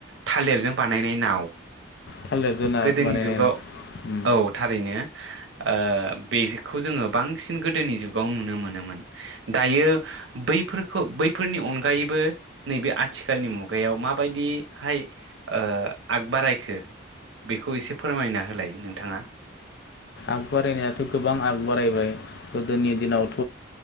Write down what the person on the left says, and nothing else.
थालिरजों ना
बानायनाय
ना उम
आगबाराय नाया थ गोबां आग बारायबाय गोदोनि दिनावथ